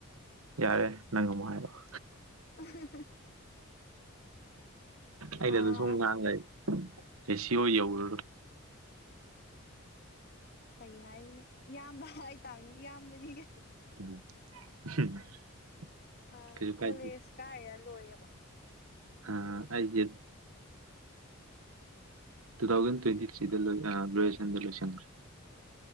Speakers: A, on the right (about 80°); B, on the left (about 45°).
A: ꯌꯥꯔꯦ ꯅꯪ ꯑꯃꯨꯛ ꯍꯥꯏꯔꯛꯑꯣ꯫
B: <unintelligible>
A: ꯑꯩꯅꯗ
B: ꯑꯥ
A: ꯁꯨꯝ ꯉꯥꯡ ꯂꯩ ꯔꯦꯁꯤꯌꯣ ꯌꯧꯔꯔꯣꯏ꯫
B: ꯀꯩ ꯍꯥꯏꯅꯤ ꯏꯌꯥꯝꯕ ꯍꯥꯏꯇꯥꯕꯅꯤ ꯏꯌꯥꯝꯕ <unintelligible>
A: <unintelligible>
B: ꯑ
A: ꯀꯩꯁꯨ
B: ꯀꯣꯂꯦꯖ
A: ꯀꯥꯏꯗꯦ
B: ꯀꯥꯏꯔꯤꯔꯥ ꯂꯣꯏꯔꯕꯣ?
A: ꯍꯥ ꯑꯩꯒꯤ ꯇꯨ ꯊꯥꯎꯖꯟ ꯇꫭꯏꯇꯤꯊ꯭ꯔꯤꯗ ꯂꫭꯏ ꯑ ꯒ꯭ꯔꯦꯖ꯭ꯋꯦꯁꯟꯗ ꯂꯣꯏꯁꯟꯈ꯭ꯔꯦ